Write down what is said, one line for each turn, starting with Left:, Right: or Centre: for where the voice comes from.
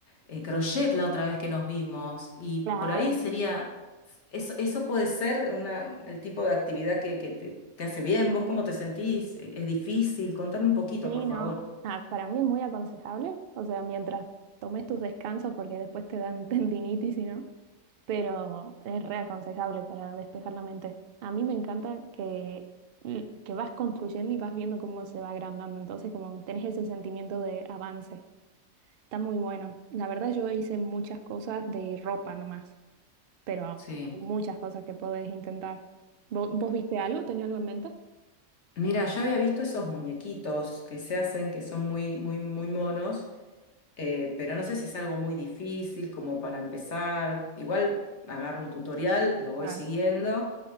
Left: eh, crochet la otra vez que nos vimos y
Right: Claro.
Left: por ahí sería... Eso, eso puede ser una, el tipo de actividad que, que te, te hace bien. ¿Vos cómo te sentís? ¿E, ¿Es difícil? Contame un poquito,
Right: Sí,
Left: por favor.
Right: no. Ah, para mí es muy aconsejable. O sea, mientras tomes tus descansos, porque después te dan <laughs> tendinitis y no. Pero es re aconsejable para despejar la mente. A mí me encanta que, que vas construyendo y vas viendo cómo se va agrandando. Entonces, como tenés ese sentimiento de avance. Está muy bueno. La verdad, yo hice muchas cosas de ropa nomás. pero
Left: Sí.
Right: hay muchas cosas que podés intentar. ¿Vo- ¿Vos, viste algo? ¿Tenés algo en mente?
Left: Mira, yo había visto esos muñequitos que se hacen, que son muy, muy, muy monos, Eh, pero no sé si es algo muy difícil como para empezar. Igual agarro un tutorial, lo voy
Right: Claro.
Left: siguiendo.